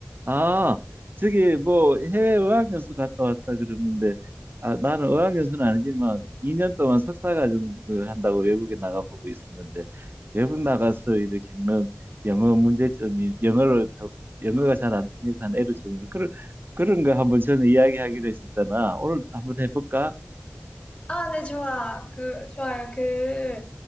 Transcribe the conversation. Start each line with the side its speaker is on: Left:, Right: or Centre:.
Right: 아, 저기 뭐 해외 어학연수 갔다 왔다 그러는데 아, 나는 어학연수는 아니지만 2년 동안 석사과정을 한다고 외국에 나가보고 있었는데 외국 나가서 이렇게 겪는 영어 문제점이 영어를 더- 영어가 잘 안 통해서 한 애로점이 그런 그런 거 한번 전에 이야기하기로 했었잖아. 오늘 한번 해볼까?
Left: 아, 네, 좋아. 그, 좋아요. 그,